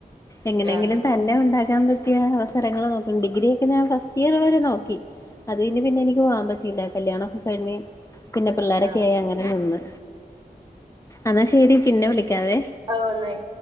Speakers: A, on the left; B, on the right.
A: എങ്ങനെങ്കിലും
B: ആഹ്
A: തന്നെ ഉണ്ടാക്കാൻ പറ്റിയ അവസരങ്ങൾ നോക്കും. ഡിഗ്രിയ ഒക്കെ ഞാൻ ഫസ്റ്റ് ഇയർ വരെ നോക്കി അത് കഴിഞ് പിന്നെ എനിക്ക് പോവാൻ പറ്റയില്ല കല്യാണം ഒക്കെ കഴിഞ് പിന്നേ പിള്ളാരൊക്കെ
B: ആഹ്
A: അങ്ങനെ ന്ന് എന്നാ ശെരി പിന്നെ വിളിക്കാവേ
B: അഹ് ന്നായി